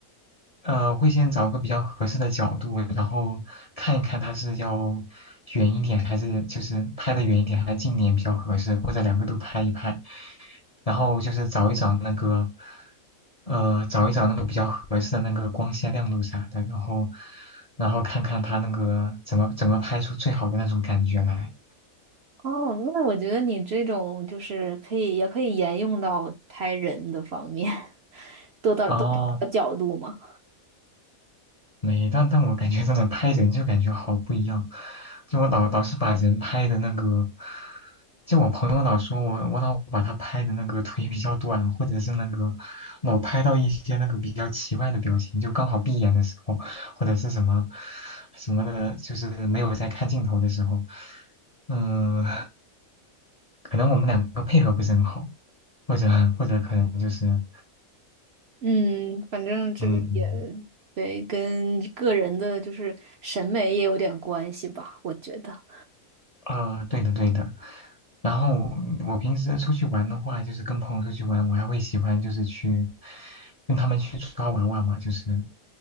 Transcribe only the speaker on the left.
呃，会先找个比较合适的角度，然后看一看它是要远一点，还是就是拍的远一点，还是近一点比较合适，或者两个都拍一拍。然后就是找一找那个，呃，找一找那个比较合适的那个光线亮度啥的，然后，然后看看它那个怎么怎么拍出最好的那种感觉来。
哦，没，但但我感觉真的拍人就感觉好不一样，就我老老是把人拍的那个，就我朋友老说我我老把他拍的那个腿比较短，或者是那个老拍到一些那个比较奇怪的表情，就刚好闭眼的时候，或者是什么什么的，就是没有在看镜头的时候，嗯、可能我们两个配合不是很好，或者或者可能就是
嗯。
呃，对的对的。然后嗯我平时出去玩的话，就是跟朋友出去玩，我还会喜欢就是去跟他们去抓娃娃嘛，就是